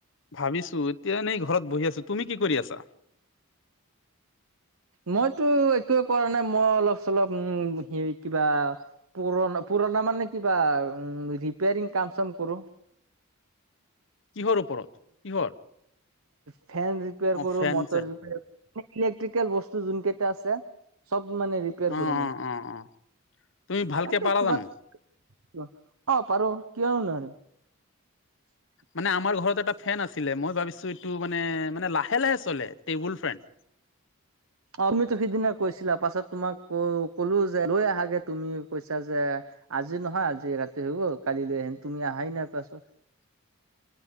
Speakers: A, on the left (about 55°); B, on the right (about 75°).
A: ভাবিছোঁ। এতিয়া এনেই ঘৰত বহি আছো। তুমি কি কৰি আছা?
B: মইতো একোৱে কৰা নাই। মই অলপ-চলপ উ হে কিবা পুৰণা, পুৰণা মানে কিবা উ ৰিপেয়াৰিং কাম-চাম কৰোঁ।
A: কিহৰ ওপৰত? কিহৰ?
B: ফেন ৰিপেয়াৰ
A: অ
B: কৰো,
A: ফেন
B: মটৰ
A: চেন
B: ইলেক্ট্ৰিকেল বস্তু যোন কেইটা আছে চ'ব মানে কৰো
A: অ
B: মই।
A: অ অ অ তুমি ভালকে
B: তাকে
A: পাৰা
B: কিমান
A: জানো
B: <unintelligible> অ' পাৰো। কিয় নোৱাৰোঁ। <unintelligible>
A: মানে আমাৰ ঘৰত এটা ফেন আছিলে, মই ভাবিছো এইটো মানে মানে লাহে লাহে চলে টেবুল ফেন।
B: অ' তুমিতো সিদিনা কৈছিলা। পাছত তোমাক কলো যে লৈ আহাগৈ তুমি কৈছা যে আজি নহয় আজি ৰাতি হৈ গ'ল। কালি তুমি আহাই নাই পাছত।
A: <unintelligible>